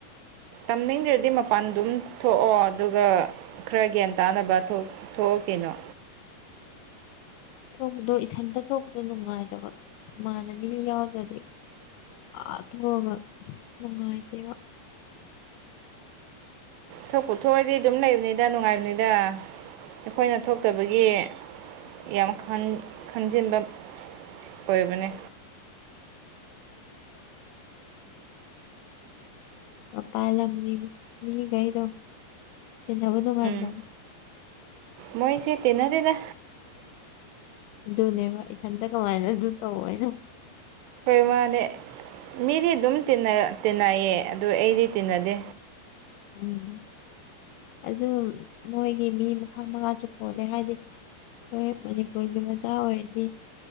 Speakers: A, on the right; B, on the left.
A: ꯇꯝꯅꯤꯡꯗ꯭ꯔꯗꯤ ꯃꯄꯥꯟ ꯑꯗꯨꯝ ꯊꯣꯛꯑꯣ ꯑꯗꯨꯒ ꯈꯔ ꯒ꯭ꯌꯥꯟ ꯇꯥꯅꯕ ꯊꯣꯛ ꯊꯣꯛꯑꯣ ꯀꯩꯅꯣ꯫
B: ꯊꯣꯛꯄꯗꯣ ꯏꯊꯟꯇ ꯊꯣꯛꯄꯗꯣ ꯅꯨꯡꯉꯥꯏꯗꯕ ꯏꯃꯅꯕꯤ ꯌꯥꯎꯗ꯭ꯔꯗꯤ꯫ ꯑꯥ ꯊꯣꯛꯑꯒ ꯅꯨꯡꯉꯥꯏꯇꯦꯕ꯫
A: ꯊꯣꯛꯄꯨ ꯊꯣꯛꯑꯗꯤ ꯑꯗꯨꯝ ꯂꯩꯕꯅꯤꯗ ꯅꯨꯡꯉꯥꯏꯕꯅꯤꯗ ꯑꯩꯈꯣꯏꯅ ꯊꯣꯛꯇꯕꯒꯤ꯫ ꯌꯥꯝ ꯈꯟ ꯈꯟꯖꯤꯟꯕ ꯑꯣꯏꯕꯅꯦ꯫
B: ꯃꯄꯥꯜꯂꯝꯒꯤ ꯃꯤ ꯈꯩꯗꯣ ꯇꯤꯟꯅꯕ ꯅꯨꯡꯉꯥꯏꯕ꯭ꯔꯣ꯫
A: ꯎꯝ ꯃꯣꯏꯁꯦ ꯇꯤꯟꯅꯗꯦꯗ꯫
B: ꯑꯗꯨꯅꯦꯕ ꯏꯊꯟꯇ ꯀꯃꯥꯏꯅ ꯑꯗꯨ ꯇꯧ ꯍꯥꯏꯅꯣ꯫
A: ꯍꯣꯏ ꯃꯥꯅꯦ ꯑꯁ ꯃꯤꯗꯤ ꯑꯗꯨꯝ ꯇꯤꯟꯅ ꯇꯤꯟꯅꯩꯌꯦ ꯑꯗꯨ ꯑꯩꯗꯤ ꯇꯤꯟꯅꯗꯦ꯫
B: ꯎꯝ ꯑꯗꯨ ꯃꯣꯏꯒꯤ ꯃꯤ ꯃꯈꯜ ꯃꯉꯥꯁꯨ ꯄꯣꯜꯂꯦ ꯍꯥꯏꯗꯤ꯫ ꯑꯩꯈꯣꯏ ꯃꯅꯤꯄꯨꯔꯒꯤ ꯃꯆꯥ ꯑꯣꯏꯔꯗꯤ꯫